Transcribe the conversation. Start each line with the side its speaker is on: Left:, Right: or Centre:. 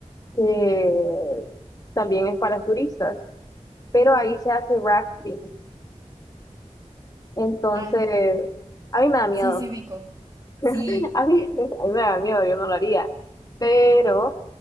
Left: que también es para turistas, pero ahí se hace rafting. Entonces,
Right: ah,
Left: a mí me da miedo.
Right: sí, sí ubico. Sí,
Left: <laughs> A mí, a mí me da miedo, yo no lo haría. Pero